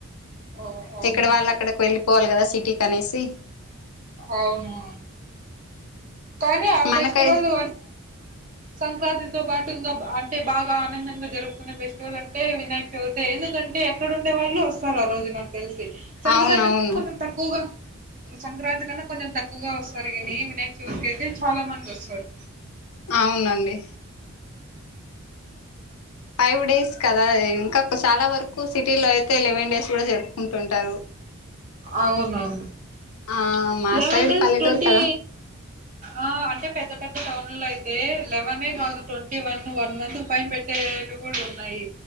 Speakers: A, on the right (about 35°); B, on the left (about 75°).
A: ఓ అవునా
B: ఇక్కడ వాళ్ళు అక్కడికి వెళ్ళిపోవాలి కదా సిటీ కనేసి.
A: అవును, కానీ ఆ
B: మనకై
A: ఫెస్టివలు
B: <unintelligible>
A: సంక్రాంతితో పాటు ఇంకా అంటే బాగా ఆనందంగా జరుపుకునే ఫెస్టివల్ అంటే వినాయక్ చవితే ఎందుకంటే ఎక్కడుండే వాళ్ళు వస్తారు ఆ రోజు నాకు తెలిసి, సంక్రాంతి
B: అవునవును
A: కొంచెం తక్కువగా సంక్రాంతి కన్నా కొంచెం తక్కువగా వస్తారు గని, వినాయక చవితి అయితే చాలా మంది వస్తారు.
B: అవునండి ఫైవ్ డేస్ కదా ఇంకాకు చాలా వరకు సిటీలో అయితే లెవెన్ డేస్ కూడా జరుపుకుంటుంటారు <inaudible>
A: అవునవును
B: ఆ మా
A: లెవెన్
B: సైడ్
A: డేస్
B: పల్లెటూరు
A: టొంటీ
B: కదా
A: ఆ అంటే పెద్ద పెద్ద టౌన్లుల్లో అయితే లెవెనే కాదు ట్వంటీ వన్ వన్ మంతుకు పైన పెట్టు తేలు కూడున్నాయి